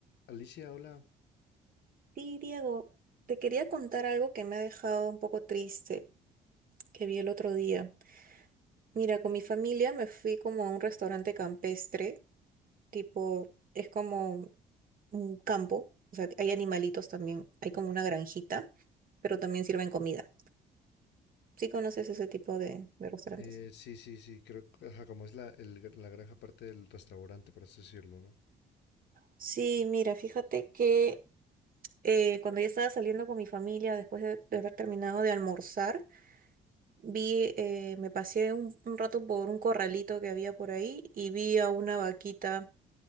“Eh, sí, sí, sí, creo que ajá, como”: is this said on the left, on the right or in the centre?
Left